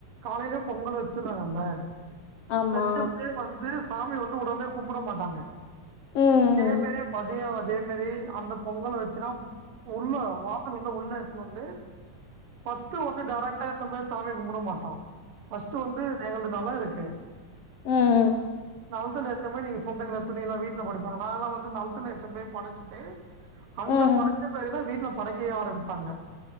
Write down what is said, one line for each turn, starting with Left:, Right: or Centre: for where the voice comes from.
Right: காலைலேயே பொங்கல் வச்சுர்றங்கல்ல
Left: ஆமா
Right: வெச்சப்பயே வந்து சாமி வந்து உடனே கும்புட மாட்டாங்க
Left: ம்
Right: இதே மேரி மதியோ இதே மேரி அந்த பொங்கல் வச்சுதா உள்ள வா <unintelligible> உள்ள நொண்டு ஃபர்ஸ்ட் வந்து டைரக்டா நம்ப சாமி கும்புட மாட்டோம் ஃபஸ்ட் வந்து எங்குளுது நெல இருக்கு
Left: ம்
Right: நெலதுல ஏத்த மாரி நீங்க சொல்றீங்களா துணி எல்லா வீட்டுல படைப்பாங்க நாங்கள்ளா வந்து நெலத்துல எடுத்து போய் படச்சுட்டு அங்க
Left: ம்
Right: படச்ச பிறகு தா வீட் படைக்கையே ஆரம்மிப்பாங்க